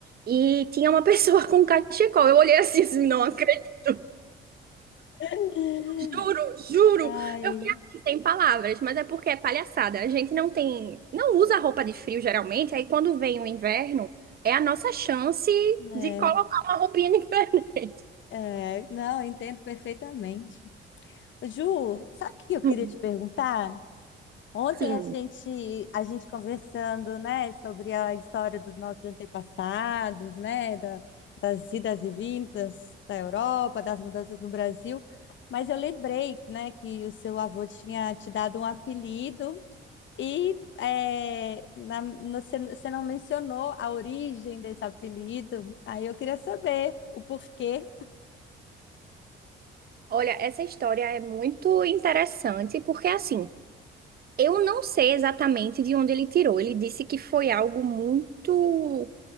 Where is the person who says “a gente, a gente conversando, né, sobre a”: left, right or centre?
Left